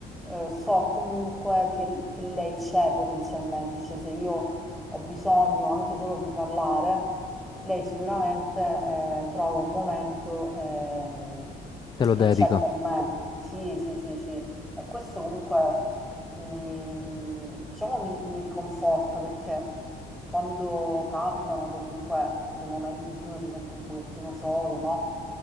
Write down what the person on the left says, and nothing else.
Te lo
dedica,